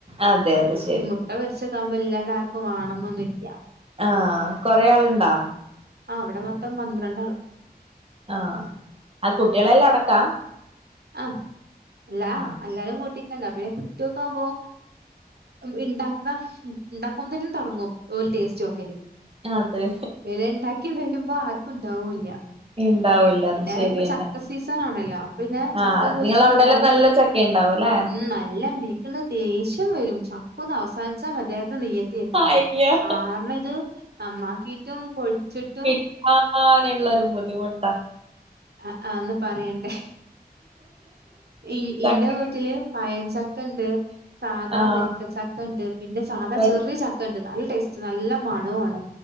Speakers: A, on the right (about 35°); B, on the right (about 75°).
A: അതെ അതെ ശെരി.
B: ട്ട പൊരിച്ചൊക്കെ ആവുമ്പോ എല്ലാര്ടെ ആർക്കും വേണന്നൊന്നുംല്ല്യ.
A: ആഹ്, കൊറേ ആള്ണ്ടോ.
B: ആഹ്, വ്ടെ മൊത്തം പന്ത്രണ്ടാള്
A: ആഹ്, ആ കുട്ട്യളെല്ലാം അടക്കാ
B: ആഹ്, എല്ലാ
A: ആ അത്
B: എല്ലാരെം
A: ശരി
B: കൂട്ടിക്കണ്ട പിന്നെ കുട്ടികക്കാവുമ്പോ ഇണ്ടാക്കാ ഇണ്ടാക്കുമ്പോത്തേനും തൊടങ്ങും ഓൽ ടേസ്റ്റോക്കല്
A: അതെ
B: പിന്നെ ണ്ടാക്കി വെരുമ്പോ ആർക്കും ണ്ടാവുല്ല്യ.
A: ഇണ്ടാവൂല്ല
B: പിന്നെ
A: അത് ശരിയന്നെ
B: ഇപ്പൊ ചക്ക സീസണാണല്ലോ അപ്പോ പിന്നെ ചക്ക
A: ആഹ്
B: പൊരിച്ചത്ണ്ടാവും.
A: നിങ്ങളവിടെല്ലാം നല്ല ചക്ക ഉണ്ടാവുംല്ലേ
B: ഉം അല്ലാന്റി എനിക്കങ്ങ് ദേഷ്യം വരും ചക്ക ഒന്ന് അവസാൻച്ചാ മതിയാ നിയ്യത്തേര്ന്ന്.
A: അയ്യോ
B: കാര്ണം ഇത് നന്നാക്കീട്ടും പൊഴിച്ചിട്ടും
A: ആഹ് <unintelligible> നെള്ളൊരു ബുദ്ധിമുട്ടാ
B: ആഹ് ആഹ് ഒന്ന് പറിയണ്ടേ ഇ
A: ചക്ക
B: ഇന്റെ വീട്ടില് പഴംചക്കണ്ട് സാധാ
A: ആഹ്
B: വരിക്കച്ചക്കണ്ട് പിന്നെ സാധാ
A: വരി
B: ചെറീ ചക്കണ്ട് നല്ല ടേസ്റ്റ് നല്ല മണവും ആണ്.